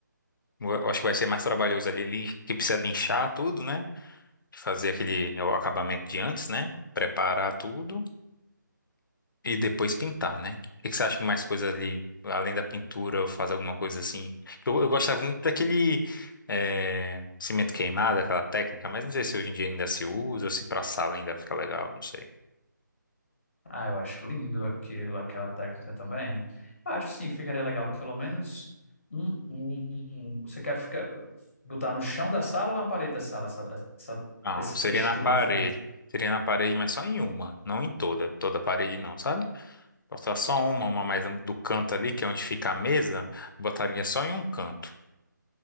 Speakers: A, on the left; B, on the left.
A: eu acho que vai ser mais trabalhoso ali, lin- que precisa linchar tudo, né? Fazer aquele o acabamento de antes, né? Preparar tudo. E depois pintar, né? O que que você acha que mais coisa ali, além da pintura, ou faz alguma coisa assim? Eu, eu gostava muito daquele eh, cimento queimado, aquela técnica, mas não sei se hoje em dia ainda se usa, ou se pra sala ainda fica legal, não sei.
B: Ah, eu acho lindo aquilo, aquela técnica também. Eu acho sim que ficaria legal, pelo menos um, um- um- um. você quer ficar, botar no chão da sala ou na parede da sala essa, essa,
A: Ah,
B: essa
A: seria
B: textura
A: na parede.
B: diferente?
A: Seria na parede, mas só em uma, não em toda. Toda parede não, sabe? Botar só uma, uma mais do canto ali, que é onde fica a mesa, botaria só em um canto.